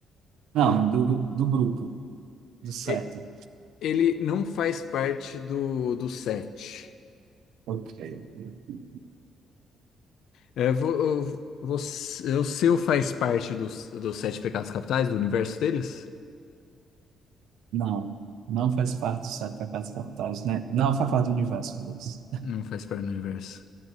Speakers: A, on the right; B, on the left.
A: Não, do, do grupo, do sete.
B: E- Ele não faz parte do, do sete.
A: Ok. ok.
B: É, vo- você, o seu faz parte dos, dos sete pecados capitais, do universo deles?
A: Não, não faz parte dos sete pecados capitais, né? Não faz parte do universo deles.
B: Não faz parte do universo.